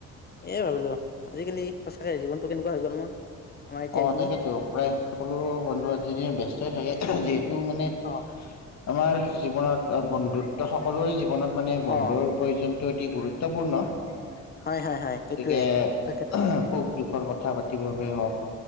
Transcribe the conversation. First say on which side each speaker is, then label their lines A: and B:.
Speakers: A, on the left; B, on the left.
A: এয় ভাবিলো আজিকালি সঁচাকে জীৱনটো কেনেকুৱা হৈ গ'ল ন? আমাৰ এতিয়া
B: অঁ
A: এইখিনি
B: তাকেতো প্ৰায় সকলো বন্ধু আজি ব্যস্তই থাকে! যিহেতু মানে?
A: অঁ,।
B: আমাৰ জীৱনত বন্ধুত্ব সকলোৰে জীৱনত মানে বন্ধুৰ?
A: অ
B: প্ৰয়োজনটো অতি গুৰুত্বপূৰ্ণ গতিকে,
A: হয় হয় হয় সেইটোয়ে তাকেতো
B: সুখ দুখৰ কথা পাতিবৰলৈই হওক?